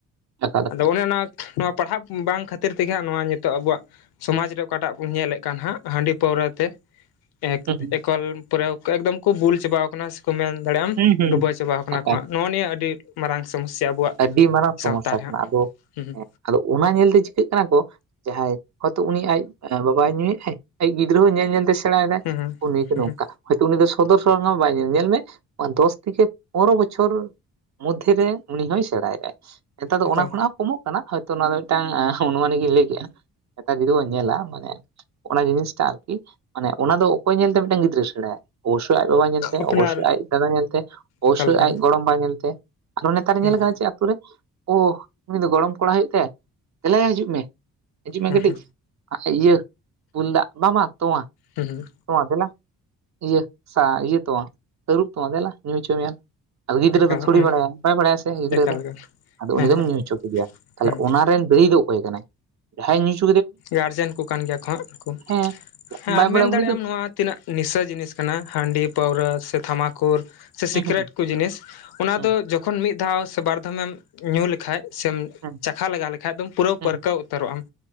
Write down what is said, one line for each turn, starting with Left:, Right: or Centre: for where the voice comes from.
Right: ᱮᱠᱟᱞ ᱮᱠᱟᱞ
Left: ᱟᱫᱚ ᱚᱱᱮ ᱚᱱᱟ ᱱᱚᱣᱟ ᱯᱟᱲᱦᱟᱜ ᱵᱟᱝ ᱠᱷᱟᱹᱛᱤᱨ ᱛᱮᱜᱮ ᱦᱟᱸᱜ ᱱᱚᱣᱟ ᱱᱤᱛᱚᱜ ᱟᱵᱚᱣᱟᱜ ᱥᱚᱢᱟᱡᱽ ᱨᱮ ᱚᱠᱟᱴᱟᱜ ᱵᱚᱱ ᱧᱮᱞᱮᱫ ᱠᱟᱱ ᱦᱟᱸᱜ ᱦᱟᱺᱰᱤ ᱯᱟᱹᱣᱨᱟᱹ ᱛᱮ ᱮᱠ
Right: ᱦᱩᱸ ᱦᱩᱸ
Left: ᱮᱠᱟᱞ ᱛᱯᱚᱨᱮ ᱮᱠᱫᱚᱢ ᱠᱚ ᱵᱩᱞ ᱪᱟᱵᱟᱣ ᱟᱠᱟᱱᱟ ᱥᱮᱠᱚ ᱢᱮᱱ ᱫᱟᱲᱮᱭᱟᱢ
Right: ᱦᱩᱸ ᱦᱩᱸ
Left: ᱰᱩᱵᱟᱹᱣ ᱪᱟᱵᱟᱣ ᱟᱠᱟᱱᱟ
Right: ᱮᱠᱟᱞ
Left: ᱦᱟᱸᱜ ᱱᱚᱜᱼᱚ ᱱᱤᱭᱟᱹ ᱟᱹᱰᱤ ᱢᱟᱨᱟᱝ ᱥᱚᱢᱚᱥᱥᱟ ᱟᱵᱚᱣᱟᱜ
Right: ᱟᱹᱰᱤ ᱢᱟᱨᱟᱝ
Left: ᱥᱟᱶᱛᱟ
Right: ᱥᱚᱢᱚᱥᱥᱟ
Left: ᱨᱮ ᱦᱟᱸᱜ
Right: ᱠᱟᱱᱟ ᱟᱫᱚ
Left: ᱦᱩᱸ
Right: ᱟᱫᱚ ᱚᱱᱟ ᱧᱮᱞᱛᱮ ᱪᱤᱠᱟᱹᱜ ᱠᱟᱱᱟ ᱠᱚ ᱡᱟᱦᱟᱸᱭ ᱦᱚᱭᱛᱳ ᱩᱱᱤ ᱟᱡ ᱵᱟᱵᱟᱭ ᱧᱩᱭᱮᱫ ᱟᱡ <unintelligible> ᱜᱤᱫᱽᱨᱟᱹ ᱦᱚᱸ ᱧᱮᱞ ᱧᱮᱞ ᱛᱮ ᱥᱮᱲᱟᱭ ᱫᱟᱭ
Left: ᱦᱩᱸ ᱦᱩᱸ
Right: ᱩᱱᱤ ᱫᱚ ᱱᱚᱝᱠᱟ
Left: ᱦᱩᱸ
Right: ᱦᱚᱭᱛᱚ ᱩᱱᱤ ᱫᱚ ᱥᱚᱫᱚᱨ ᱥᱟᱢᱟᱝ ᱵᱟᱭ ᱧᱮᱞ <unintelligible> ᱧᱮᱞ ᱢᱮ ᱱᱚᱣᱟ ᱫᱚᱥ ᱛᱷᱮᱠᱮ ᱯᱚᱱᱨᱚ ᱵᱚᱪᱷᱚᱨ ᱢᱚᱫᱽᱫᱷᱮ ᱨᱮ ᱩᱱᱤ ᱦᱚᱸᱭ ᱥᱮᱬᱟᱭᱮᱫ ᱟᱭ ᱱᱮᱛᱟᱨ ᱫᱚ
Left: ᱮᱠᱟᱞ
Right: ᱚᱱᱟ ᱠᱷᱚᱱᱟᱜ ᱦᱚᱸ ᱠᱚᱢᱚᱜ ᱠᱟᱱᱟ ᱛᱚ ᱱᱚᱣᱟ ᱫᱚ ᱢᱤᱫᱴᱟᱝ ᱚᱱᱩᱢᱟᱱᱤᱜᱽ ᱤᱧ ᱞᱟᱹᱭ ᱠᱮᱫᱼᱟ ᱱᱮᱛᱟᱨ ᱡᱩᱫᱤ ᱵᱚᱱ ᱧᱮᱞᱟ ᱢᱟᱱᱮ ᱚᱱᱟ ᱡᱤᱱᱤᱥ ᱴᱟᱜ ᱟᱨᱠᱤ ᱢᱟᱱᱮ ᱚᱱᱟ ᱫᱚ ᱚᱠᱚᱭ ᱧᱮᱞ ᱛᱮ ᱢᱤᱫᱴᱟᱱ ᱜᱤᱫᱽᱨᱟᱹᱭ ᱥᱮᱬᱟᱭᱟ ᱚᱵᱚᱥᱥᱳᱭ ᱟᱡ ᱵᱟᱵᱟ ᱧᱮᱞᱛᱮ
Left: ᱟᱯᱱᱟᱨ
Right: ᱚᱵᱚᱥᱥᱳᱭ ᱟᱡ ᱫᱟᱫᱟ ᱧᱮᱞᱛᱮ ᱚᱵᱚᱥᱥᱳᱭ
Left: ᱮᱠᱟᱞ ᱮᱠᱟᱞ
Right: ᱟᱡ ᱜᱚᱲᱚᱢ ᱵᱟ ᱧᱮᱞᱛᱮ <unintelligible> ᱧᱮᱞ
Left: ᱦᱩᱸ
Right: ᱠᱟᱱᱟ ᱪᱮᱫ ᱟᱛᱩ ᱨᱮ ᱳᱷ ᱩᱱᱤ ᱫᱚ ᱜᱚᱲᱚᱢ ᱠᱚᱲᱟ ᱦᱩᱭᱩᱜ ᱛᱟᱭᱟᱭ ᱫᱮᱞᱟᱭ ᱦᱤᱡᱩᱜ ᱢᱮ ᱦᱤᱡᱩᱜ ᱢᱮ
Left: ᱦᱩᱸ
Right: ᱠᱟᱹᱴᱤᱡ
Left: ᱦᱩᱸ
Right: ᱤᱭᱟᱹ ᱛᱩᱞ ᱫᱟᱜ ᱵᱟᱝ ᱵᱟᱝ ᱛᱚᱣᱟ
Left: ᱦᱩᱸ
Right: ᱛᱚᱣᱟ ᱫᱮᱞᱟ ᱤᱭᱟᱹ ᱥᱟ ᱤᱭᱟᱹ ᱛᱚᱣᱟ ᱛᱟᱹᱨᱩᱵ ᱛᱚᱣᱟ ᱫᱮᱞᱟ ᱧᱩ ᱦᱚᱪᱚ ᱢᱮᱭᱟᱞᱟᱝ ᱟᱫᱚ ᱜᱤᱫᱽᱨᱟᱹ
Left: ᱮᱠᱟᱞ
Right: ᱫᱚ ᱛᱷᱚᱲᱤ
Left: ᱚᱱ
Right: ᱵᱟᱲᱟᱭᱟᱭ ᱟᱭ ᱵᱟᱲᱟᱭᱟ ᱥᱮ ᱜᱤᱫᱽᱨᱟᱹ
Left: ᱮᱠᱟᱞ
Right: ᱫᱚ
Left: ᱮᱠᱟᱞ
Right: ᱟᱫᱚ
Left: ᱦᱮᱸ
Right: ᱩᱱᱤ ᱫᱚᱢ
Left: ᱦᱮᱸ
Right: ᱧᱩ ᱦᱚᱪᱚ ᱠᱮᱫᱮᱭᱟ ᱛᱟᱦᱚᱞᱮ
Left: ᱦᱩᱸ
Right: ᱚᱱᱟ ᱨᱮᱱ ᱫᱟᱹᱭᱤ ᱫᱚ ᱚᱠᱚᱭ ᱠᱟᱱᱟ <unintelligible>
Left: ᱜᱟᱨᱡᱮᱱ ᱠᱩ ᱠᱟᱱ ᱜᱮᱭᱟ ᱠᱚ ᱦᱟᱸᱜ ᱩᱱᱠᱩ
Right: ᱦᱮᱸ ᱡᱟᱦᱟᱸᱭ
Left: ᱦᱮᱸ
Right: ᱵᱟᱭ
Left: ᱟᱨ
Right: ᱵᱟᱲᱟᱭᱟ
Left: ᱢᱮᱱ
Right: ᱩᱱᱤ
Left: ᱫᱟᱲᱮᱭᱟᱜ
Right: ᱫᱚ
Left: ᱟᱢ ᱱᱚᱣᱟ ᱛᱤᱱᱟᱹᱜ ᱱᱤᱥᱟᱹ ᱡᱤᱱᱤᱥ ᱠᱟᱱᱟ ᱦᱟᱺᱰᱤ ᱯᱟᱹᱣᱨᱟᱹ ᱥᱮ ᱛᱷᱟᱢᱟᱠ ᱠᱩᱨ ᱥᱮ
Right: ᱦᱩᱸ
Left: ᱥᱤᱠᱨᱮᱴ
Right: ᱦᱩᱸ
Left: ᱠᱚ ᱡᱤᱱᱤᱥ ᱚᱱᱟ
Right: ᱦᱩᱸ
Left: ᱫᱚ ᱡᱚᱠᱷᱚᱱ ᱢᱤᱫ ᱫᱷᱟᱣ ᱥᱮ ᱵᱟᱨᱫᱷᱟᱢᱮᱢ ᱧᱩ ᱞᱮᱠᱷᱟᱡ ᱥᱮᱢ
Right: ᱦᱩᱸ
Left: ᱪᱟᱠᱷᱟ ᱞᱮᱜᱟᱣ ᱞᱮᱠᱷᱟᱡ ᱫᱚᱢ ᱯᱩᱨᱟᱹ
Right: ᱦᱩᱸ ᱦᱩᱸ
Left: ᱯᱟᱹᱨᱠᱟᱹᱣ ᱩᱛᱟᱹᱨᱚᱜᱼᱟᱢ